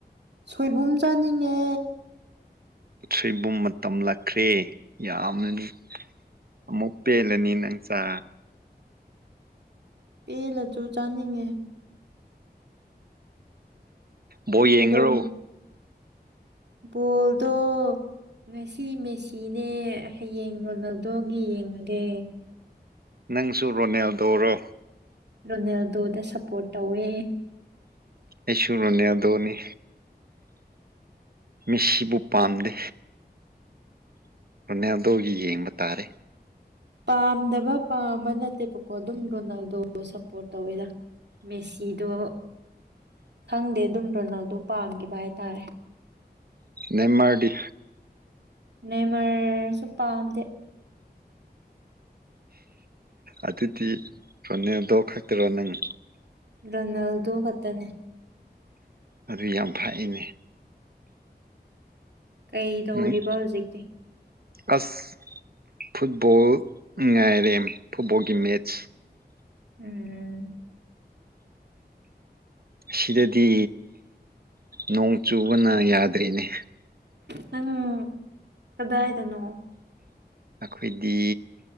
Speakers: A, on the right; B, on the right.
A: ꯁꯣꯏꯕꯨꯝ ꯆꯥꯅꯤꯡꯉꯦ
B: ꯁꯣꯏꯕꯨꯝ ꯃꯇꯝꯂꯛꯈ꯭ꯔꯦ ꯌꯥꯝꯅꯅꯤ ꯑꯃꯨꯛ ꯄꯦꯜꯂꯅꯤ ꯅꯪ ꯆꯥ
A: ꯄꯦꯜꯂꯁꯨ ꯆꯥꯅꯤꯡꯉꯦ
B: ꯕꯣꯜ ꯌꯦꯡꯉꯥꯔꯣ
A: ꯀꯩꯗꯧꯔꯤ ꯕꯣꯜꯗꯣ ꯉꯁꯤ ꯃꯦꯁꯤꯅꯦ ꯍꯌꯦꯡ ꯔꯣꯅꯜ ꯗꯣꯒꯤ ꯌꯦꯡꯉꯥꯒꯦ
B: ꯅꯪꯁꯨ ꯔꯣꯅꯜꯗꯣꯔꯣ
A: ꯔꯣꯅꯜꯗꯣꯗ ꯁꯄꯣꯔꯠ ꯇꯧꯋꯦ
B: ꯑꯩꯁꯨ ꯔꯣꯅꯜꯗꯣꯅꯤ ꯃꯦꯁꯤꯕꯨ ꯄꯥꯝꯗꯦ ꯔꯣꯅꯜꯗꯣꯒꯤ ꯌꯦꯡꯕ ꯇꯥꯔꯦ
A: ꯄꯥꯝꯗꯕ ꯄꯥꯝꯕ ꯅꯠꯇꯦꯕꯀꯣ ꯑꯗꯨꯝ ꯔꯣꯅꯥꯜꯗꯣ ꯁꯄꯣꯔꯠ ꯇꯧꯋꯦꯗ ꯃꯦꯁꯤꯗꯣ ꯈꯪꯗꯦ ꯑꯗꯨꯝ ꯔꯣꯅꯜꯗꯨꯣ ꯄꯥꯝꯈꯤꯕ ꯍꯥꯏꯇꯥꯔꯦ
B: ꯅꯦꯃꯥꯔꯗꯤ
A: ꯅꯦꯃꯥꯔꯁꯨ ꯄꯥꯝꯗꯦ
B: ꯑꯗꯨꯗꯤ ꯔꯣꯅꯜꯗꯣ ꯈꯛꯇꯔꯣ ꯅꯪ
A: ꯔꯣꯅꯥꯜꯗꯣ ꯈꯛꯇꯅꯦ
B: ꯑꯗꯨꯨ ꯌꯥꯝ ꯐꯥꯏꯅꯦ
A: ꯀꯩꯗꯧꯔꯤꯕ
B: ꯅꯪ
A: ꯍꯧꯖꯤꯛꯇꯤ
B: ꯑꯁ ꯐꯨꯠꯕꯣꯜ ꯉꯥꯏꯔꯦꯝ ꯐꯨꯠꯕꯣꯜꯒꯤ ꯃꯦꯠꯆ
A: ꯎꯝ
B: ꯁꯤꯗꯗꯤ ꯅꯣꯡ ꯆꯨꯕꯅ ꯌꯥꯗ꯭ꯔꯤꯅꯦ
A: ꯅꯪ ꯀꯗꯥꯏꯗꯥꯅꯣ
B: ꯑꯩꯈꯣꯏꯗꯤ